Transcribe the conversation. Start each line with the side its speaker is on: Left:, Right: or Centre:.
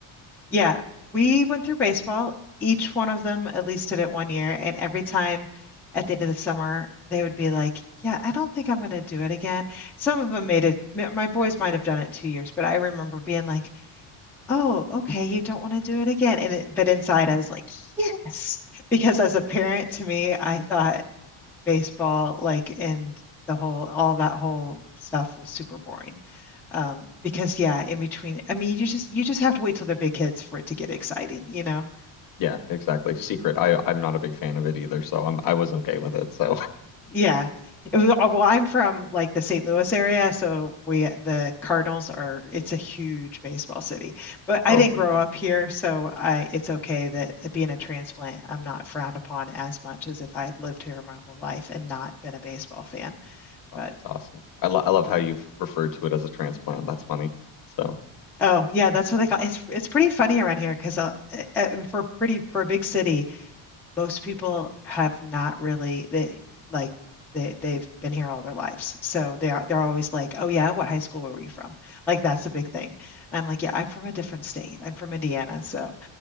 Centre: Yeah, we went through baseball. Each one of them at least did it one year, and every time at the end of the summer, they would be like, "Yeah, I don't think I'm going to do it again." Some of them made it. m- My boys might have done it two years, but I remember being like, "Oh, okay, you don't want to do it again." And it, but inside, I was like, "Yes," <laughs> because as a parent, to me, I thought baseball, like, and the whole, all that whole stuff was super boring. Um, because yeah, in between, I mean, you just you just have to wait till they're big kids for it to get exciting, you know?
Left: yeah, exactly. Secret. I I'm not a big fan of it either, so I'm I was okay with it. So
Centre: Yeah. It was, oh, well, I'm from like the St. Louis area, so we the Cardinals are it's a huge baseball city. But
Left: <laughs>
Centre: I
Left: oh,
Centre: didn't
Left: it would
Centre: grow
Left: be.
Centre: up here, so I it's okay that being a transplant, I'm not frowned upon as much as if I had lived here my whole life and not been a baseball fan.
Left: Oh,
Centre: But
Left: that's awesome. I lo I love how you've referred to it as a transplant. That's funny. So
Centre: Oh, yeah, that's what they call it's it's pretty funny around here because uh, uh, uh, for pretty for a big city, most people have not really they like they they've been here all their lives. So they are they're always like, "Oh yeah, what high school were you from?" Like that's the big thing. And I'm like, "Yeah, I'm from a different state. I'm from Indiana." So